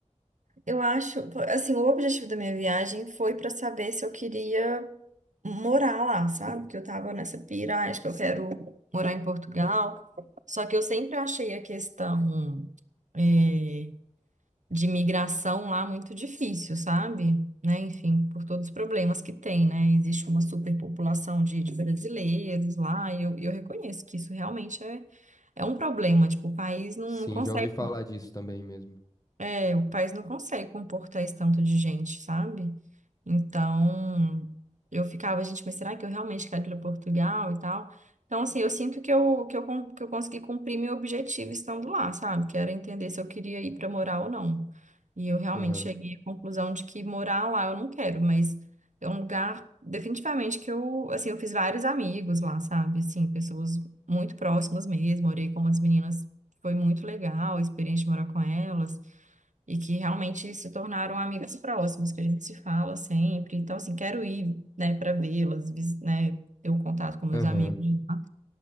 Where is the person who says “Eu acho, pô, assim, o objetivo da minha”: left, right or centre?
Right